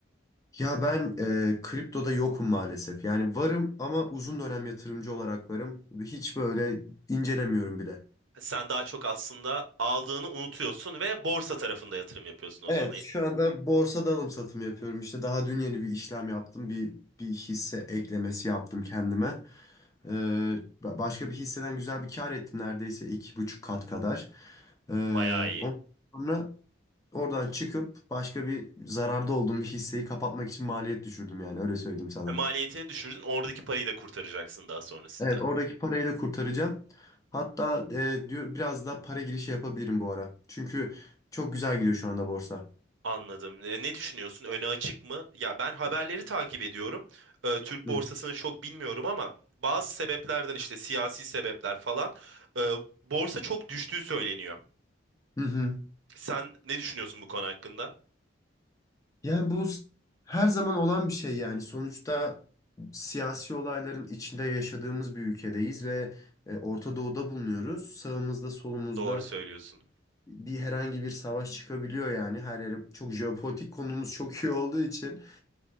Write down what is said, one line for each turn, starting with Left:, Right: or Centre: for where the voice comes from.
Left: Ya ben e, kriptoda yokum maalesef. Yani varım ama uzun dönem yatırımcı olarak varım. Hiç böyle incelemiyorum bile.
Right: Sen daha çok aslında aldığını unutuyorsun ve borsa tarafında yatırım yapıyorsun o
Left: Evet,
Right: zaman.
Left: şu anda borsada alım satım yapıyorum. İşte daha dün yeni bir işlem yaptım. Bir bir hisse eklemesi yaptım kendime. E, ba- başka bir hisseden güzel bir kar ettim neredeyse iki buçuk kat kadar. E,
Right: Bayağı iyi.
Left: ondan sonra oradan çıkıp başka bir zararda olduğum bir hisseyi kapatmak için maliyet düşürdüm yani öyle söyleyeyim sana.
Right: Ve maliyetini düşürdün, oradaki parayı da kurtaracaksın daha sonrasında.
Left: Evet oradaki parayı da kurtaracağım. Hatta e, diyor biraz da para girişi yapabilirim bu ara. Çünkü çok güzel gidiyor şu anda borsa.
Right: Anladım. E, Ne düşünüyorsun? Öne açık mı? Ya ben haberleri takip ediyorum. E, Türk
Left: Hı
Right: borsasını çok bilmiyorum ama bazı sebeplerden işte siyasi sebepler falan e, borsa çok düştüğü söyleniyor.
Left: hı. hı.
Right: Sen ne düşünüyorsun bu konu hakkında?
Left: Yani bu s- her zaman olan bir şey yani. Sonuçta siyasi olayların içinde yaşadığımız bir ülkedeyiz ve e, Orta Doğu'da bulunuyoruz. Sağımızda solumuzda
Right: Doğru söylüyorsun.
Left: bir herhangi bir savaş çıkabiliyor yani. Her yere çok jeopolitik konumuz çok iyi olduğu için.